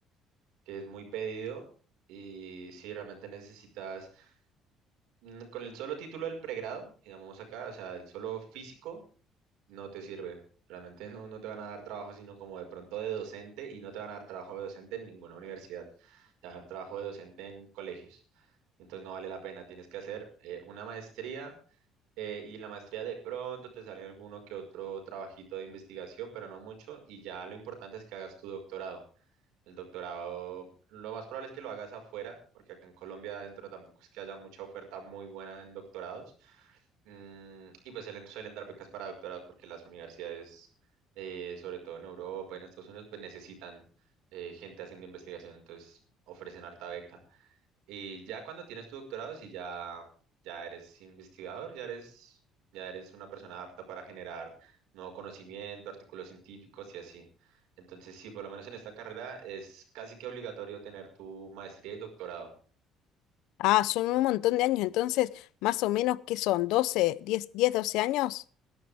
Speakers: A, on the right; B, on the left.
A: que es muy pedido y si realmente necesitas, mm, con el solo título del pregrado, llamamos acá, o sea, el solo físico, no te sirve. Realmente no, no te van a dar trabajo, sino como de pronto de docente y no te van a dar trabajo de docente en ninguna universidad. Te van a dar trabajo de docente en colegios. Entonces no vale la pena, tienes que hacer eh, una maestría eh, y en la maestría de pronto te sale alguno que otro trabajito de investigación, pero no mucho, y ya lo importante es que hagas tu doctorado. El doctorado, lo más probable es que lo hagas afuera, porque acá en Colombia adentro tampoco es que haya mucha oferta muy buena en doctorados. Mm, y pues suelen, suelen dar becas para doctorados porque las universidades, eh, sobre todo en Europa y en Estados Unidos, pues necesitan eh, gente haciendo investigación, entonces ofrecen harta beca. Y ya cuando tienes tu doctorado, si ya, ya eres investigador, ya eres, ya eres una persona apta para generar nuevo conocimiento, artículos científicos y así. Entonces, sí, por lo menos en esta carrera es casi que obligatorio tener tu maestría y doctorado.
B: Ah, son un montón de años, entonces, más o menos, ¿qué son? doce, diez, diez, doce años?